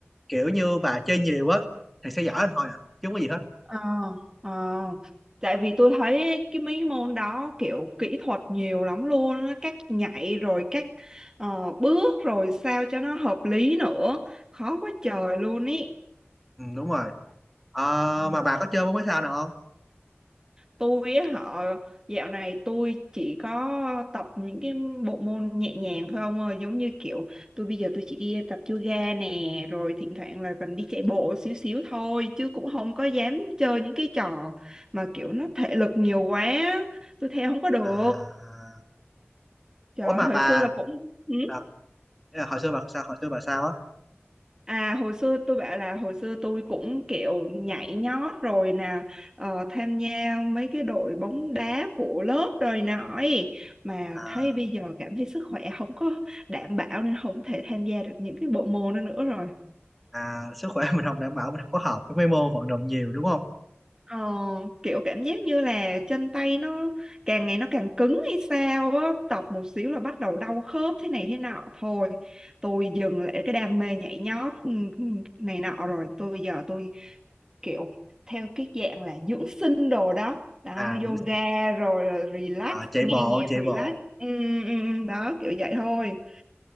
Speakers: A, in the centre; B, on the right.
A: kiểu như bà chơi nhiều á thì sẽ giỏi thôi à chứ không có gì hết
B: Ờ, ờ. Tại vì tôi thấy cái mấy môn đó kiểu kỹ thuật nhiều lắm luôn á, cách nhảy rồi cách ờ, bước rồi sao cho nó hợp lý nữa, khó quá trời luôn ý.
A: ừ, đúng rồi Ờ, mà bà có chơi bóng mấy sao nào không
B: tôi á họ dạo này tôi chỉ có tập những cái bộ môn nhẹ nhàng thôi ông ơi giống như kiểu tôi bây giờ tôi chỉ đi tập yoga nè rồi thỉnh thoảng là cần đi chạy bộ xíu xíu thôi chứ cũng không có dám chơi những cái trò mà kiểu nó thể lực nhiều quá tôi theo không có được
A: à
B: trời
A: ủa mà
B: thời
A: bà
B: xưa là cũng ừ,
A: sao? Ý là hồi xưa bà sao hồi xưa bà sao á
B: À hồi xưa tôi bảo là hồi xưa tôi cũng kiểu nhảy nhót rồi nè ờ, tham gia mấy cái đội bóng đá của lớp đời nọ ấy. Mà
A: à,
B: thấy bây giờ cảm thấy sức khỏe không có đảm bảo nên không thể tham gia được những cái bộ môn đó nữa rồi
A: à sức khỏe <laughs> mình không đảm bảo mình không có hợp với mấy môn vận động nhiều đúng không
B: ờ, kiểu cảm giác như là chân tay nó càng ngày nó càng cứng hay sao á tập một xíu là bắt đầu đau khớp thế này thế nọ thôi tôi dừng lại cái đam mê nhảy nhót ừ, ừ, này nọ rồi tôi bây giờ tôi kiểu theo cái dạng là dưỡng sinh đồ đó đó
A: à
B: yoga rồi relax
A: Ờ, chạy
B: nghe
A: bộ
B: nhạc
A: chạy
B: relax
A: bộ
B: ừ, ừ, ừ, đó kiểu vậy thôi